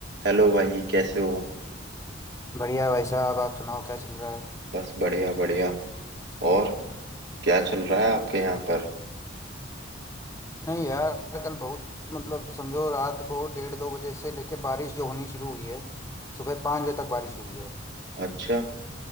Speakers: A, on the right; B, on the left.
A: Hello भाई कैसे हो
B: बढ़िया भाई साहब आप सुनाओ क्या चल रहा है
A: बस बढ़िया बढ़िया और क्या चल रहा है आपके यहाँ पर
B: नहीं यार कल बहुत मतलब समझो रात को डेढ़ दो बजे से लेके बारिश जो होनी शुरू हुई है सुबह पाँच बजे तक बारिश हुई है
A: अच्छा